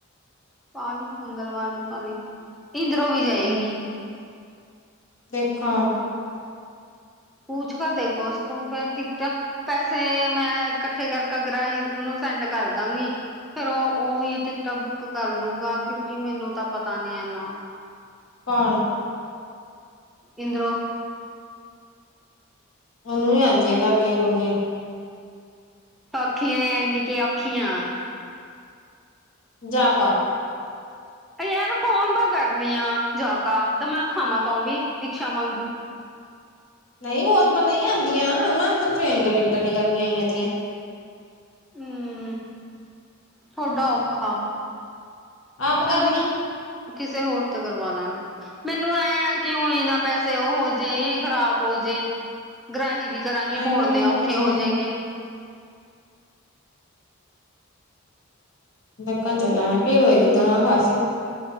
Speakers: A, in the centre; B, on the left.
A: ਪਾ ਲੀ ਮੰਗਲਵਾਰ ਨੂੰ ਪਾ ਲੀ, ਇੰਦਰੋਂ ਵੀ ਜਾਏਗੀ।
B: ਹੂੰ ਦੇਖਾਂ
A: ਪੂਛ ਕਰ ਦੇਖੋ ਉਸ ਕੋ ਫੇਰ ਟਿਕਟਾ ਪੈਸੇ ਮੈਂ ਇਕੱਠੇ ਕਰਕੇ ਗਰਾਈ ਓਨੂੰ ਸੈਂਡ ਕਰਦਾਂਗੀ। ਫੇਰ ਓ ਓਈ ਟਿਕਟਾਂ ਬੁੱਕ ਕਰ ਲੂਗਾ ਕਿਉਂਕਿ ਮੈਨੂੰ ਤਾਂ ਪਤਾ ਨੀ ਏਨਾ
B: ਪਾਲ
A: ਇੰਦਰੋ
B: ਓਨੂੰ ਵੀ ਆਂਦੀਆਂ ਕਰਨੀਆਂ-ਕੁਰਨੀਆ।
A: ਸੋਖੀ ਆਂ ਯਾਂ ਐਨੀ ਕਿ ਔਖੀ ਆਂ
B: ਜਾਕਾ
A: ਤੇ ਯਾਰ ਫੋਨ ਪਾ ਕਰਨੀ ਆ ਜਾਕਾ ਤਮਾ ਖਾਵਾਂ ਤੋਂ ਵੀ ਦੀਕਸ਼ਾ ਵਾਂਗੂ
B: ਨਈ ਫੋਨ ਪਰ ਨਈ ਆਂਦੀਆਂ ਮੈਨੂੰ ਤੂੰ ਟ੍ਰੇਨ ਦੀ ਟਿਕਟਾਂ ਨੀ ਕਰਨੀਆਂ ਆਈ ਦੀਆਂ।
A: ਹੂੰ ਤੁਆਡਾ ਔਖਾ
B: ਆਪ
A: ਚੱਲ
B: ਕਰ
A: ਮੈਂ
B: ਲਈ
A: ਕਿਸੇ ਹੋਰ ਤੇ ਕਰਵਾ ਲਾਂ ਗੇ। ਮੈਨੂੰ ਐ ਆ ਕਿਉਂ ਇਨਾ ਪੈਸੇ ਓ ਹੋਜੇ ਖ਼ਰਾਬ ਹੋ ਜੇ ਗ੍ਰਾਹੀ ਵਿੱਚ। ਕਰਾਂਗੇ
B: ਐ
A: ਮੋੜਨੇ
B: ਕਿਵੇਂ
A: ਔਖੇ
B: ਜੇ
A: ਹੋ ਜੇਂਗੇ।
B: ਦੇਖਣ ਚਲਾਂਗੇ ਭੀੜ ਹੋਏਗੀ ਦੋਨੋ ਖਾਸੀ